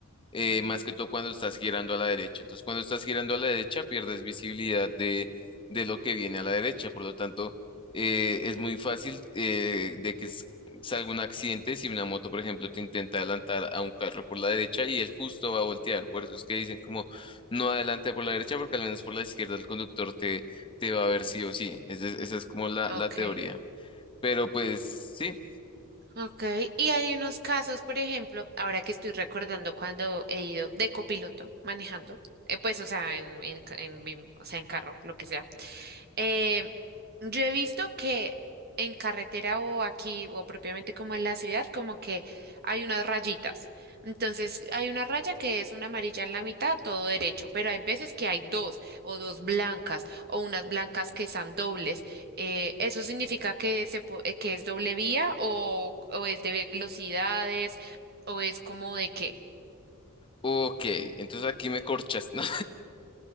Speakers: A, on the left; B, on the right.
A: eh,
B: Mm,
A: más que todo cuando estás girando a la derecha. Entonces, cuando estás girando a la derecha, pierdes visibilidad de, de lo que viene a la derecha. Por lo tanto, eh, es muy fácil eh, de que s- salga un accidente si una moto, por ejemplo, te intenta adelantar a un carro por la derecha y él justo va a voltear. Por eso es que dicen como no adelante por la derecha, porque al menos por la izquierda el conductor te, te va a ver sí o sí. Ese- Esa es como la,
B: ok,
A: la teoría. Pero pues sí.
B: ok. Y hay unos casos, por ejemplo, ahora que estoy recordando cuando he ido de copiloto manejando, eh, pues, o sea, en, en ca- en bim- o sea, en carro, lo que sea. Eh, yo he visto que en carretera o aquí o propiamente como en la ciudad, como que hay unas rayitas. Entonces hay una raya que es una amarilla en la mitad, todo derecho, pero hay veces que hay dos o dos blancas o unas blancas que están dobles. Eh, ¿eso significa que, se, po- eh, que es doble vía o, o es de velocidades o es como de qué?
A: Ok, entonces aquí me corchas, <laughs> ¿no?